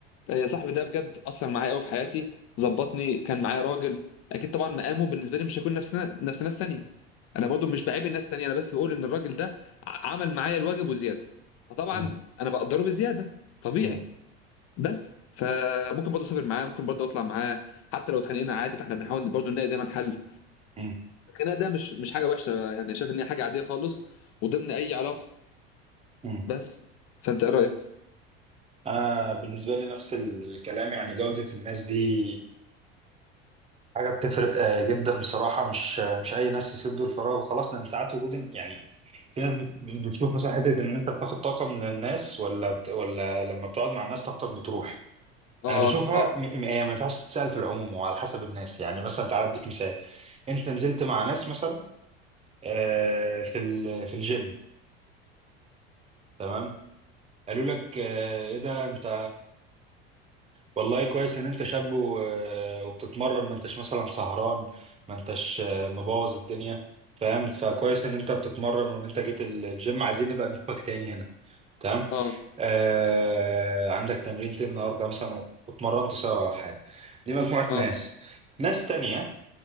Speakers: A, on the left; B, on the right.
A: آه، صاحبي ده بجد اثر معايا قوي في حياتي ظبطني كان معايا راجل اكيد طبعا مقامه بالنسبه لي مش هيكون نفس نفس ناس تانية انا برضو مش بعيب الناس تانية انا بس بقول ان الراجل ده ع- عمل معايا الواجب وزياده فطبعا
B: مم.
A: انا بقدره بزياده طبيعي
B: مم.
A: بس فممكن برضو اسافر معاه ممكن برضو اطلع معاه حتى لو اتخانقنا عادي فاحنا بنحاول برضو نلاقي دايما حل
B: مم.
A: الخناقه ده مش مش حاجه وحشه يعني شايف ان هي حاجه عاديه خالص وضمن اي علاقه
B: مم.
A: بس فانت ايه رايك
B: أنا بالنسبة لي نفس الكلام يعني جودة الناس دي حاجة بتفرق آه، جدا بصراحة مش آه، مش أي ناس يسدوا الفراغ وخلاص لأن ساعات وجود إن- يعني في ناس بت- بتشوف مثلا حتة إن أنت بتاخد طاقة من الناس ولا بت... ولا لما بتقعد مع الناس طاقتك بتروح
A: اه
B: أنا بشوفها
A: اه
B: م... م- هي ما ينفعش تتسأل في العموم وعلى حسب الناس يعني مثلا تعالى أديك مثال أنت نزلت مع ناس مثلا آه، في ال... في الجيم تمام قالوا لك آه، إيه ده أنت والله كويس ان انت شاب و- آه، وبتتمرن ما انتش مثلا سهران ما انتش آه، مبوظ الدنيا فاهم فكويس ان انت بتتمرن وان انت جيت ال- الجيم عايزين نبقى نشوفك تاني هنا تمام
A: اه
B: آه عندك تمرينتين النهارده مثلا واتمرنت سوا او حاجه دي مجموعه
A: اه
B: ناس ناس تانية